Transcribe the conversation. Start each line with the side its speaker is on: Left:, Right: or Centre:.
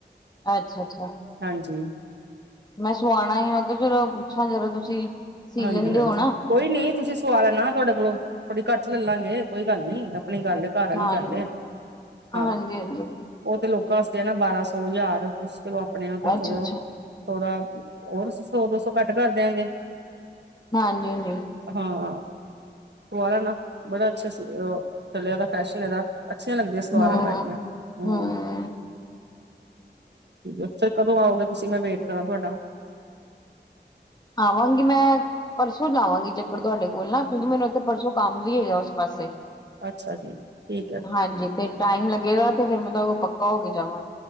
Left: ਅੱਛਾ ਅੱਛਾ
Right: ਹਾਂਜੀ
Left: ਮੈਂ ਸਵਾਣਾ ਆ ਮੈਂ ਕਿਹਾ ਚਲੋ ਪੁੱਛਾਂ ਜਦੋ ਤੁਸੀਂ ਸੀ
Right: ਹਾਂਜੀ
Left: ਲੈਂਦੇ
Right: ਹਾਂਜੀ
Left: ਹੋ ਨਾ,
Right: ਕੋਈ ਨੀ ਤੁਸੀਂ ਸਵਾ ਲੈਣਾ ਤੁਹਾਡੇ ਕੋਲੋਂ ਥੋੜੀ ਘੱਟ ਲੈਲਾਂਗੇ ਕੋਈ ਗੱਲ ਨੀ ਆਪਣੀ ਗੱਲ ਘਰ ਆਲੀ
Left: ਹਾਂਜੀ।
Right: ਗੱਲ ਏ ਹਾਂ
Left: ਹਾਂਜੀ-ਹਾਂਜੀ,
Right: ਉਹ ਤੇ ਲੋਕਾਂ ਆਸਤੇ ਆ ਨਾ ਬਾਰਾਂ ਸੌ ਹਜ਼ਾਰ ਤੁਸੀ ਚਲੋ ਆਪਣੇ ਤੇ
Left: ਅੱਛਾ-ਅੱਛਾ,
Right: ਥੋੜੋ ਥੋੜਾ ਹੋਰ ਸੌ ਦੋ ਸੌ ਘੱਟ ਕਰ ਦਿਆਂਗੇ
Left: ਹਾਂਜੀ ਹਾਂਜੀ
Right: ਹਾਂ ਸੁਆ ਲੈਣਾ ਬੜਾ ਅੱਛਾ ਸੀ ਚਲਿਆ ਫੈਸ਼ਨ ਇਹਦਾ ਅੱਛੀਆਂ ਲੱਗਦੀਆਂ ਸਲਵਾਰਾਂ
Left: ਹੂੰ।
Right: ਪਾਈ ਦੀਆਂ ਹਮ
Left: ਹੂੰ,
Right: ਅੱਛਾ ਕਦੋਂ ਆਓਗੇ ਤੁਸੀਂ ਮੈਂ ਵੇਟ ਕਰਾਂ ਤੁਹਾਡਾ
Left: ਆਵਾਂਗੀ ਮੈਂ ਪਰਸੋਂ ਲਾਵਾਂਗੀ ਚੱਕਰ ਤੁਹਾਡੇ ਕੋਲ ਨਾ ਕਿਉਂਕਿ ਮੈਨੂੰ ਉੱਥੇ ਪਰਸੋਂ ਕੰਮ ਵੀ ਹੈਗਾ ਉਸ ਪਾਸੇ
Right: ਅੱਛਾ ਜੀ ਠੀਕ ਹੈ
Left: ਹਾਂਜੀ ਤੇ ਟਾਈਮ ਲੱਗੇਗਾ ਤੇ ਫੇਰ ਮੈਂ ਤੁ ਪੱਕਾ ਹੋ ਕੇ ਜਾਵਾਂ